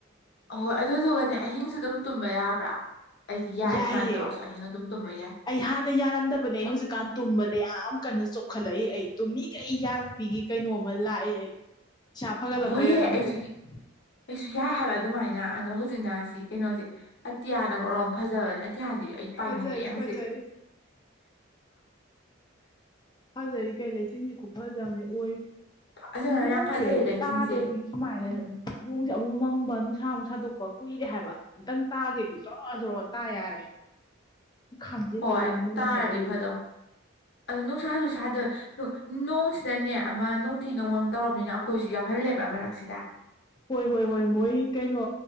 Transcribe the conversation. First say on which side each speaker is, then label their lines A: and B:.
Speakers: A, on the left; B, on the left.
A: ꯑꯍꯣꯏ ꯑꯗꯨꯗꯨꯒꯅꯦ ꯑꯍꯤꯡꯁꯨ ꯑꯗꯨꯝ ꯇꯨꯝꯕ ꯌꯥꯕ꯭ꯔꯥ ꯑꯩꯗꯤ ꯌꯥꯏ
B: ꯌꯥꯏꯌꯦ
A: ꯑꯗꯨꯃꯥꯏꯅ ꯇꯧꯔꯁꯨ ꯑꯍꯤꯡ ꯇꯨꯝꯕ ꯌꯥꯏ
B: ꯑꯩ ꯍꯥꯟꯅ ꯌꯥꯔꯝꯗꯕꯅꯦ ꯍꯧꯖꯤꯛꯀꯥꯟ ꯇꯨꯝꯕꯗ ꯌꯥꯝ ꯀꯟꯅ ꯆꯣꯛꯈꯠꯂꯛꯏ ꯑꯩ ꯇꯨꯝꯃꯤꯒꯩ ꯑꯩ ꯌꯥꯔꯛꯄꯤꯒꯦ ꯀꯩꯅꯣꯝꯃ ꯂꯥꯛꯑꯦ ꯑꯩ ꯏꯁꯥ ꯐꯒꯠꯂꯛꯄꯩꯔꯥ
A: ꯍꯣꯏꯑ
B: ꯈꯪꯗꯦ
A: ꯑꯩꯁꯨ ꯑꯩꯁꯨ ꯌꯥꯏ ꯍꯥꯏꯕ ꯑꯗꯨꯃꯥꯏꯅ ꯑꯗꯣ ꯍꯧꯖꯤꯛꯅ ꯁꯤ ꯀꯩꯅꯣꯁꯦ ꯑꯇꯤꯌꯥꯅꯒꯔꯣ ꯐꯖꯕꯅꯦ ꯏꯇꯤꯍꯁꯤ ꯑꯩ ꯄꯥꯏꯅꯤꯡꯉꯛꯑꯦ
B: ꯐꯖꯔꯤ
A: ꯍꯧꯖꯤꯛ
B: ꯐꯖꯔꯤ ꯐꯖꯔꯤ ꯀꯩ ꯂꯩꯆꯤꯟꯁꯤ ꯈꯨꯐꯖꯕꯅꯤ ꯑꯣꯏ
A: ꯐꯖꯅ
B: ꯅꯣꯡꯁꯦ
A: ꯌꯥꯝ ꯐꯖꯩꯌꯦ ꯂꯩꯆꯤꯟꯁꯦ
B: ꯇꯥꯗꯧꯒꯤ ꯁꯨꯃꯥꯏꯅ
A: ꯎꯝ
B: ꯂꯣꯡꯁꯦ ꯑꯃꯨꯛ ꯃꯪꯕ ꯅꯨꯡꯁꯥ ꯏꯁꯥꯃꯨꯛ ꯁꯥꯗꯣꯛꯄ ꯀꯨꯏꯔꯦ ꯍꯥꯏꯕ ꯑꯝꯇꯪ ꯇꯥꯒꯦꯗꯤ ꯣꯔ ꯖꯔ ꯇꯥ ꯌꯥꯔꯦ ꯈꯥꯝꯖꯤꯜꯂ
A: ꯍꯣꯏ
B: ꯂꯩ ꯅꯣꯡꯅꯦ
A: ꯇꯥꯔꯗꯤ
B: ꯇꯧꯔꯤꯁꯦ
A: ꯐꯗꯣ ꯑꯗꯨꯅꯨꯡ ꯁꯥꯁꯨ ꯁꯥꯗꯕ ꯅꯣꯡꯁꯤꯅꯅꯦ ꯑꯃ ꯅꯣꯡꯊꯤ ꯅꯣꯡꯃꯪ ꯇꯧꯔꯕꯅꯤꯅ ꯑꯩꯈꯣꯏꯁꯨ ꯌꯥꯎꯍꯜꯂꯦꯕ ꯃꯔꯛꯁꯦ ꯗ
B: ꯍꯣꯏ ꯍꯣꯏ ꯍꯣꯏ ꯃꯣꯏ ꯀꯩꯅꯣ